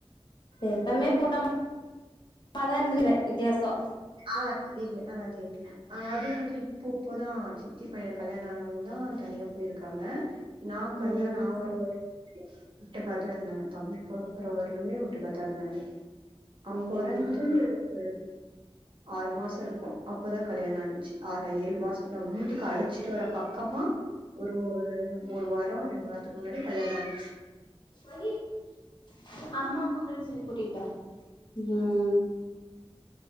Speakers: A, on the left (about 50°); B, on the right (about 60°).
A: எப்பமே கூட்ட மா இருந்தல்ல வித்தியாசோ
B: ஆ தெரில ஆ தெரில அ அதுவு வந்து இப்போ இப்போதா சித்தி பையன் கல்யாணோ ஆணவுந்தா தனியா போயிருக்காங்க நா
A: ம்
B: கல்யாணோ ஆவர வரைக்கு ஒட்டுகாதா இருந்தங்க தம்பி பொறக்கற வரலயுமே ஒட்டுகாதா இருந்தங்க அவன்
A: ம்
B: பொறந்து ஒரு ஆறு மாசோ இருக்கு அப்பதா கல்யாணு ஆச்சு ஆறா ஏழு மாசோ வீட்டுக்கு அழைச்சிட்டு வர பக்கமா ஒரு ஒரு வாரோ ரெண்டு வாரத்துக்கு முன்னாடி கல்யாணோ ஆய்ச்சு
A: <unintelligible> அம்மா கூப்பிட்ட சொல்லி கூட்டிட்டுவா ம்ஹ்